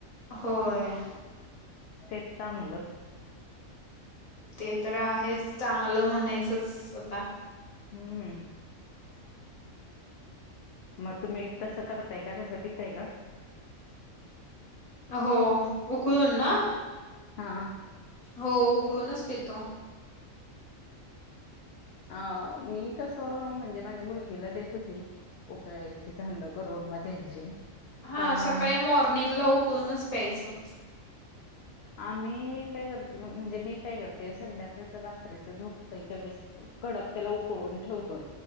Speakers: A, on the left; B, on the left.
A: होय.
B: तेच चांगलं.
A: ते तर आहेच. चांगलं म्हणायचंच आता.
B: हम्म.
A: <inaudible>
B: मग तुम्ही तसं करताय का? तसं पिताय का?
A: हो उकळून ना
B: हा.
A: हो उकळूनच पितो.
B: अं मी तस म्हणजे माझ्या मुलगीला देत होती. उकळायची थंड करून म द्यायची.
A: हा.
B: पण
A: सकाळी
B: अ,
A: मॉर्निंगला उकळूनच प्यायचं.
B: आम्ही काय करतो? म्हणजे मी काय करते? संध्याकाळच रात्रीच झोपयच्या वेळेस कडक त्याला उकळून ठेवतोय.